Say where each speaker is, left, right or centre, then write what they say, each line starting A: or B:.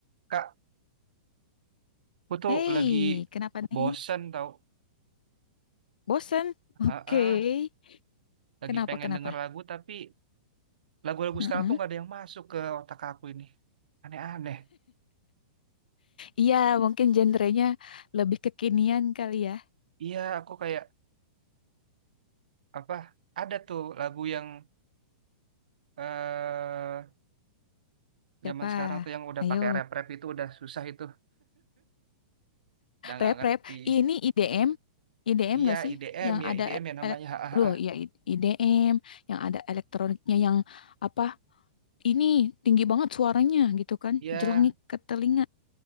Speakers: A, on the right (about 75°); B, on the left (about 85°).
A: Kak, aku tuh
B: Hei,
A: lagi
B: kenapa nih?
A: bosen tau.
B: Bosen?
A: Ah,
B: Oke.
A: ah, lagi
B: Kenapa,
A: pengen
B: kenapa?
A: denger lagu tapi lagu-lagu
B: Heeh.
A: sekarang tuh nggak ada yang masuk ke otak aku ini. Aneh-aneh.
B: Iya, mungkin genrenya lebih kekinian kali ya.
A: Iya, aku kayak apa? Ada tuh lagu yang eh
B: Siapa?
A: zaman sekarang tuh yang udah
B: Ayo.
A: pakai rap-rap itu udah susah itu, udah nggak
B: Rap,
A: ngerti.
B: rap. Ini IDM. IDM
A: Iya,
B: gak sih?
A: IDM
B: Yang
A: ya,
B: ada...
A: IDM ya namanya.
B: ele-
A: Ah, ah,
B: Loh,
A: ah.
B: iya I- IDM. Yang ada elektroniknya yang apa? Ini tinggi banget suaranya gitu kan.
A: Iya,
B: Jelengik ke telinga.